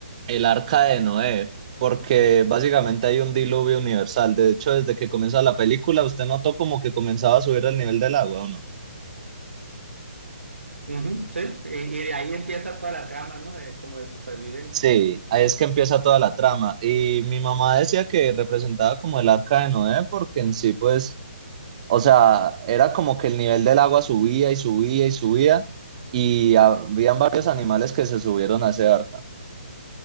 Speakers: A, on the right; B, on the right.
A: el arca de Noé, porque básicamente hay un diluvio universal. De hecho, desde que comienza la película, usted notó como que comenzaba a subir el nivel del agua, ¿o no?
B: Ujú, sí, y, y de ahí empieza toda la trama, ¿no? De- como de supervivencia.
A: Sí, ahí es que empieza toda la trama. Y mi mamá decía que representaba como el arca de Noé, porque en sí, pues O sea, era como que el nivel del agua subía y subía y subía y habían varios animales que se subieron a ese arca.